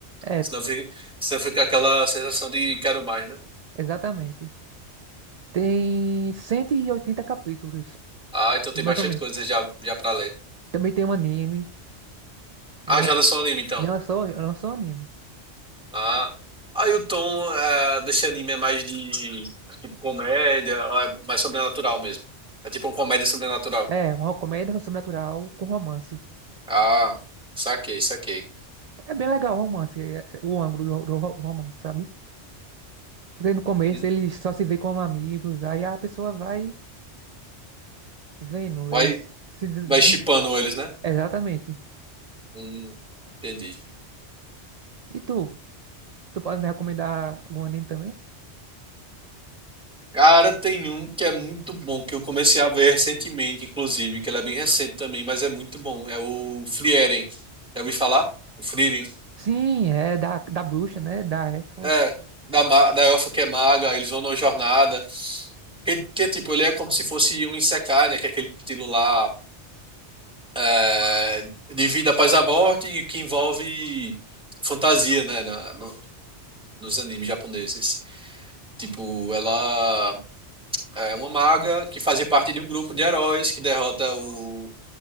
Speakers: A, on the right; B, in the centre.
A: é,
B: Senão fica, senão fica aquela sensação de quero mais, né?
A: exatamente. Tem 180 capítulos,
B: Ah, então tem
A: mais
B: bastante
A: ou menos.
B: coisa já, já pra ler.
A: Também tem um anime.
B: Ah,
A: lan-
B: já lançou o anime, então.
A: Já lançou, lançou um anime.
B: Ah, aí o tom é, desse anime é mais de tipo, comédia, ou é mais sobrenatural mesmo. É tipo uma comédia sobrenatural.
A: É, uma comédia sobrenatural com romance.
B: Ah, saquei, saquei.
A: É bem legal o romance, é- é, o ângulo do, do ro- romance, sabe? Porque no começo
B: Hum,
A: eles só se vê como amigos, aí a pessoa vai vendo,
B: Vai,
A: eles se... des-
B: vai shippando
A: de-
B: eles, né?
A: Exatamente.
B: Hum, entendi.
A: E tu? Tu pode me recomendar o anime também?
B: Cara, tem um que é muito bom, que eu comecei a ver recentemente, inclusive, que ele é bem recente também, mas é muito bom. É o Frieren. Já ouvi falar? O Frieren.
A: Sim, é da, da bruxa, né? Da elfa.
B: É, da, ma- da elfa que é maga, eles vão numa jornada. Que, que, tipo, ele é como se fosse um Isekai, né? Que é aquele estilo lá é, de vida após a morte e que envolve fantasia, né? na- no- nos animes japoneses. Tipo, ela é uma maga que fazia parte de um grupo de heróis que derrota o